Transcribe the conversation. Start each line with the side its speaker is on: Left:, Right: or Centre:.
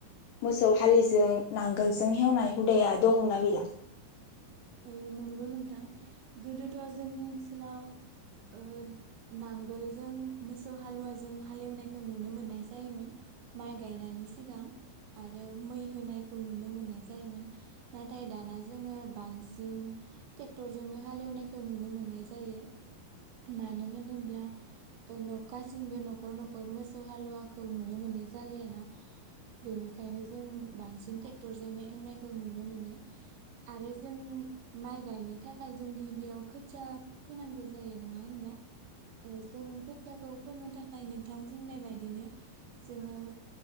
Left: मोसौ हालिजों नांगोलजों हेवनाय हुदाया दंना गैला?
Right: ओ नंगौ नोंथां गोदोथ जोंनि ओनसोलाव ओ नांगोलजों मोसौ हालुवाजों हालेवनायखौ नुनो मोननाय जायोमोन माइ गायनायनि सिगां आरो मै होनायखौ नुनो मोननाय जायोमोन नाथाय दाना जोङो बांसिन टेक्टरजोंनो हालेवनायखौ नुनो मोननाय जायो मानो होनोब्ला ओ गासिनबो नखर नखर मोसौ हालुवाखौ नुनो मोननाय जालियाना बेनिखायनो जों बांसिन टेक्टरजोंनो एवनायखौ नुनो मोनो आरो जों माइ गायनो थाखाय जों गिबियाव खोथिया फोनांगौ जायो नङा होनब्ला? औ जों खोथाखौ फोननो थाखाय नों थां बुंनाय बादिनो जोङो